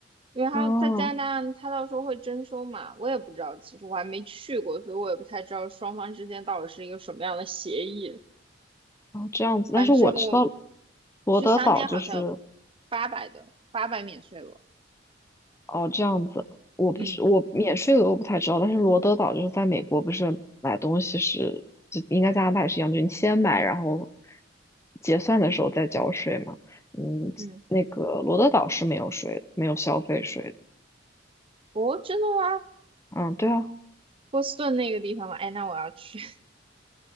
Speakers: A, on the right; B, on the left.
A: 因为他在加拿大，
B: <laughs> 哦，
A: 他到时候会征收嘛，我也不知道，其实我还没去过，所以我也不太知道双方之间到底是一个什么样的协议。
B: 哦，这样子。
A: 反正我
B: 但是我知道罗德岛就是，
A: 去三天好像八百的，八百免税额，
B: 哦，这样子，我不是我免税额我不太知道，
A: 嗯
B: 但是罗德岛就是在美国，不是买东西是就应该加拿大也是一样，就是你先买，然后结算的时候再交税嘛。嗯，
A: 嗯。
B: 那个罗德岛是没有税的，没有消费税的。
A: 哦，真的吗？
B: 嗯，对啊，
A: 波士顿那个地方吗？哎，那我要去，<laughs>